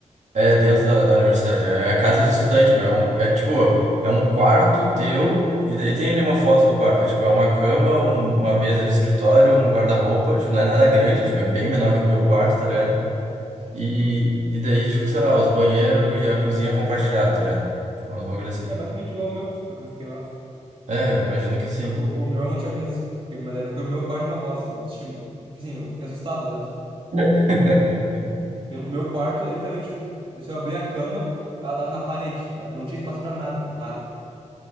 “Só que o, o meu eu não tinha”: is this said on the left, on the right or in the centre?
Right